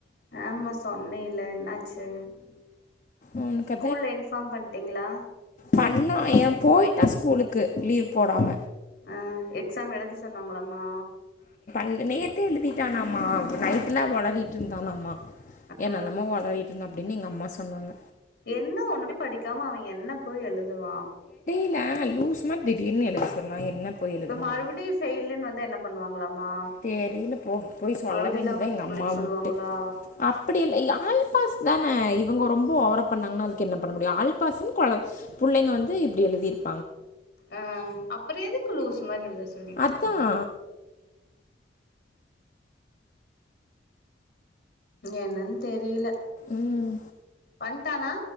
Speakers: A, on the left; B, on the left.
A: ஆமா சொன்னே இல என்னாச்சு
B: அவனுக்கு
A: ஸ்கூல்ல இன்பார்ம் பண்ணிட்டீங்ளா
B: பண்ணா இவ் போயிட்டான் ஸ்கூலுக்கு லீவ் போடாம
A: ஆ எ எக்ஸாம் எழுது சொன்னாங்களாமா
B: ண் நேர்த்தே எழுதிட்டானாமா நைட்லா ஒளறிட்டு இருந்தானாமா என்ன
A: ஆ
B: நமொ ஒளறிட் இருந்த அப்படின்னு எங்க அம்மா சொன்னாங்க
A: என்ன உண்ணுமே படிக்காம அவன் என்ன போய் எழுத அதுவா
B: ஏங் லூஸ்மாரி திடீர்னு எழுத சொன்னா என்ன போய் எழுதுவாங்க
A: இப்ப மறுபடியு ஃபெயிலுன்னு வந்தா என்ன பண்ணுவாங்களாமா
B: தெரியல போ போய் சொல்ல
A: மறுபடியு
B: வேண்டியதான்
A: லெவன்த்
B: எங்க
A: படிக்க
B: அம்மா
A: சொல்லுவாங்களா
B: விட்டு அப்படி இல்ல ஆல்பாஸ் தானே இவங்க ரொம்ப ஓவர பண்ணாங்கன்னா அதுக்கு என்ன பண்ண முடியும் ஆல்பாஸ்ன்னு குழந்த புள்ளைங்க வந்து இப்படி எழுதியிருக்கு
A: ஆஹ அப்ரோ எதுக்கு லூசு மாதிரி எத சொல்லிட்டுருக்காங்க
B: அதான்
A: என்னன்னு தெரில
B: உம்
A: வன்டானா